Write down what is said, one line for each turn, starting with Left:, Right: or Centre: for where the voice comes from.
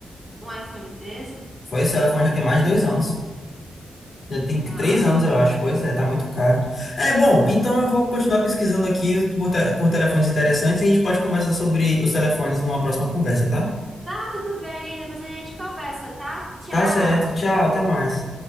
Right: Um iPhone treze
Left: Foi esse telefone já tem mais de dois anos. Já tem que-
Right: Aff.
Left: três anos, eu acho. Pois é, tá muito caro. É, bom, então eu vou continuar pesquisando aqui por, te- por telefones interessantes e a gente pode conversar sobre os telefones numa próxima conversa, tá?
Right: Tá, tudo bem. Depois a gente conversa, tá? Tchau.
Left: Tá certo. Tchau, até mais.